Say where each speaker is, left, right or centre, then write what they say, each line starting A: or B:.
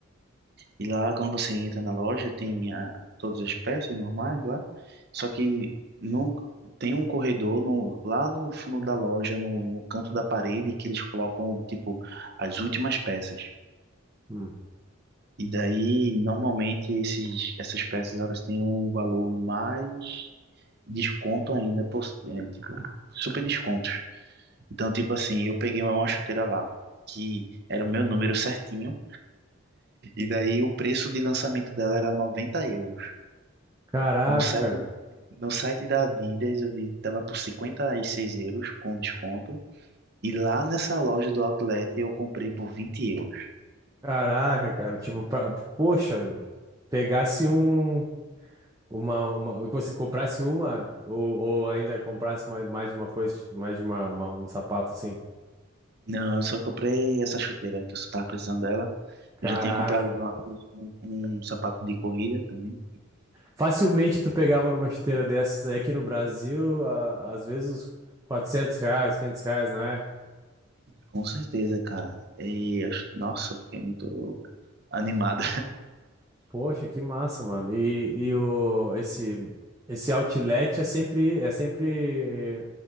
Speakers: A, on the right (about 50°); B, on the right (about 15°).
A: e lá quando você entra na loja tem ah, todas as peças normais lá, só que não tem um corredor no, lá no fundo da loja, no, no canto da parede, que eles colocam tipo as últimas peças.
B: hum.
A: E daí normalmente esses, essas peças elas têm um valor mais desconto ainda, por, é, tipo, super descontos. Então, tipo assim, eu peguei uma chuteira lá, que era o meu número certinho. E daí o preço de lançamento dela era 90 euros.
B: Caraca,
A: No site, no site da Adidas eu vi que tava por 56 euros com desconto. E lá nessa loja do Outlet eu comprei por 20 euros.
B: caraca, cara, tipo, pra, poxa, pegasse um, uma, uma, se comprasse uma, ou, ou ainda comprasse mais, mais de uma coisa, mais de uma, uma- um sapato, assim.
A: Não, eu só comprei essa chuteira que eu só tava precisando dela.
B: Caraca,
A: Eu já tinha comprado lá um, um sapato de corrida também.
B: Facilmente tu pegava numa esteira dessas aí aqui no Brasil, a- às vezes uns 400 reais, 500 reais, não é?
A: Com certeza, cara. E, eu- nossa, eu fiquei muito animado.
B: Poxa, que massa, mano. E, e o, esse, esse outlet é sempre, é sempre,